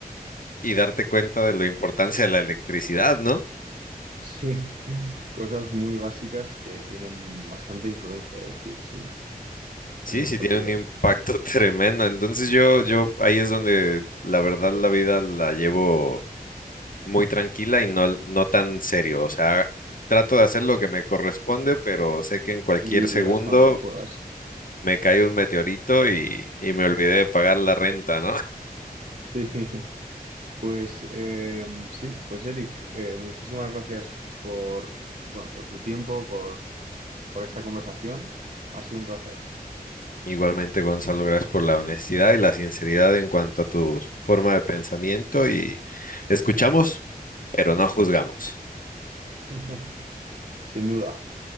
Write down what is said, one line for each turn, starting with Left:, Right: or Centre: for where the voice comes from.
Left: y darte cuenta de la importancia de la electricidad, ¿no?
Right: Sí, <laughs> cosas muy básicas que tienen bastante influencia, es decir, sí,
Left: Sí,
Right: en nuestras
Left: sí tiene
Right: vidas
Left: un impacto <laughs> tremendo. Entonces yo, yo ahí es donde la verdad la vida la llevo muy tranquila y no, no tan serio. O sea, trato de hacer lo que me corresponde, pero sé que en cualquier
Right: y
Left: segundo
Right: hasta donde puedas.
Left: me cae un meteorito y, y me olvidé de pagar la renta, ¿no?
Right: Sí, <laughs> pues eh, sí, pues Eric, eh, muchísimas gracias por, bueno, por tu tiempo, por, por esta conversación. Ha sido un placer,
Left: Igualmente, Gonzalo, gracias por la honestidad y la sinceridad en cuanto a tu forma de pensamiento y escuchamos, pero no juzgamos.
Right: <laughs> sin duda.